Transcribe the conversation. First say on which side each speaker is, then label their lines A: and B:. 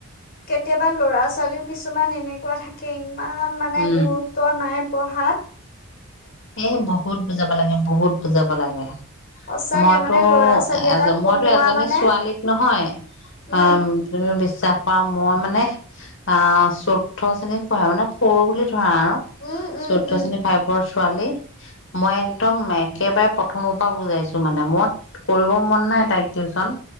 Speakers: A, on the left; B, on the left.
A: কেতিয়াবা লৰা -ছোৱালীও কিছুমান এনে কোৱা থাকে ইম', ইমান মানে
B: উম
A: গুৰুত্ব নাই। পহাত।
B: এ', বহুত বুজাব লাগে বহুত। যাব লাগে।
A: সঁচাকে
B: মইতো
A: মানে ল'ৰা ছোৱালী এটাক
B: এজন,
A: পঢ়োৱা
B: মইতো এজনী
A: মানে
B: ছোৱালীক নহয় অ',
A: উম
B: তুমি বিশ্বাস পাওঁ। মই মানে অ', চৈধ্য শ্ৰেণীত পঢ়া মানে ফৰ বুলি ধৰা আৰু
A: উম উম
B: চৈধ্য
A: উম
B: শ্ৰেণী ফাই ছোৱালী, মই একদম একেবাৰে প্ৰথমৰ পৰা বুজাইছো মানে, মত কৰিব মন নাই তাইক টিউচন।